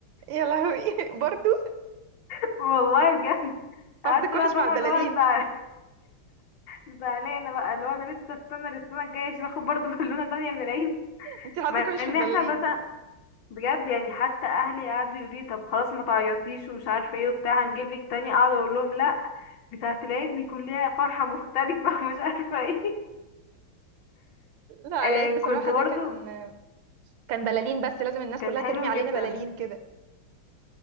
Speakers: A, on the right; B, on the left.
A: يا لهوي <laughs> برضو
B: <laughs> والله بجد
A: حظك
B: قعدت بقى
A: وحش
B: فاهمة
A: مع البلالين
B: اللي هو ازعل زعلانه بقى اللي هو انا لسه استنى للسنه الجايه عشان اخد برضه <laughs> بالونه تانية من العيد
A: انت حظك
B: مع
A: وحش
B: ان
A: في البلالين
B: احنا مثلا بجد يعني حتى اهلي قعدوا يقولوا لي طب خلاص ما تعيطيش ومش عارفه ايه وبتاع هنجيب لك تاني اقعد اقول لهم لا بتاعه العيد بيكون ليها فرحه مختلفه <laughs> ومش عارفه ايه
A: لا
B: آه
A: العيد بصراحة
B: كنت برضو
A: ده كان كان بلالين بس لازم الناس
B: كان
A: كلها
B: حلو
A: ترمي علينا
B: جدا
A: بلالين كده